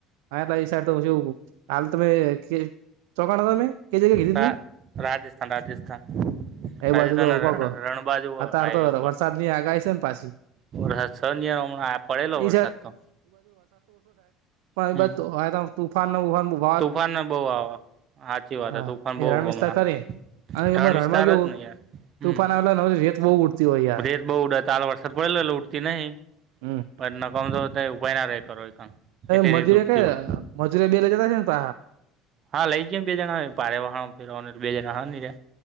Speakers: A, on the right; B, on the right.
A: હા, એ સાઈડ તો શું હાલ તમે ચોકન હો તમે કે જગ્યા કીધી
B: રા
A: તમે
B: લા રાજ્સ્થાન રાજ્સ્થાન
A: એ
B: રાજસ્થાન
A: બાજુ તો
B: રણ
A: કોક
B: બાજુ
A: અતાર
B: હાઈવે
A: તો
B: ઉપર
A: વરસાદની
B: ગયો હતો.
A: આગાહી છે ને પાછી
B: વરસાદ છે નય હમણાં પડેલો
A: એ
B: વરસાદ તો
A: ભાઈ
B: હમ.
A: બંધ તુફાન બુફાન
B: તુફાન ને બહુ આવે સાચી વાત
A: હા
B: તુફાન
A: એ
B: બહુ
A: રણ
B: હોમણાં
A: વિસ્તાર ખરી અને
B: રણ
A: એમાં
B: વિસ્તાર
A: રણમાં કેવું
B: જ ને હમ
A: તુફાન આવેલા ને રેત બહુ ઉડતી હોય યાર
B: રેત બહુ ઉઠે કાલવરસાદ પડે ઉઠતી નહિ
A: હમ
B: પણ ન કમજોર તો ઉપાય ના રહે કરો એ કામ એટલી
A: મજૂરે
B: રીત ઉડતી
A: ક
B: હોય
A: મજૂરે બેલા જતા છે ને ત
B: હા લઈ ગયમ બે જણા પાારે વાહણ ફવા બે જણા હ્યા